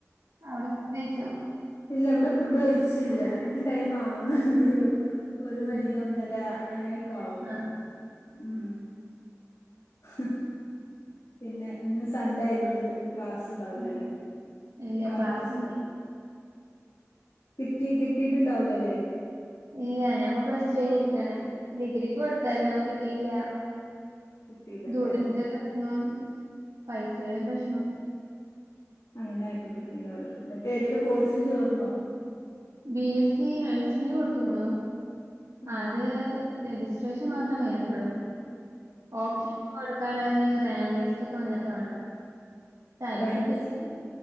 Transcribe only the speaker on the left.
ഇല്ല വടെ ഫുഡ് കഴ്ച്ചില്ല അയ്ന് ടൈം ആവ്ണെന്നു ള്ളൂ ഒരു മണി
ഒന്നര അങ്ങെനെക്കവും
ഉം <unintelligible> പിന്നെ ഇന്ന് സൺഡേയതോണ്ട് ക്ലാസ്സ്ണ്ടാവ്
ലലേ
ആ
ക്ലാസ് കിട്ടി കിട്ടീട്ട്ണ്ടാവ് ലലേ
കിട്ടിയതല്ലേ
അങ്ങനായപ്പം കിട്ടീണ്ടാവുലലേ മറ്റേതേലും കോഴ്സിന് ചോർന്നോ
ആ
റേങ്ക്
ലിസ്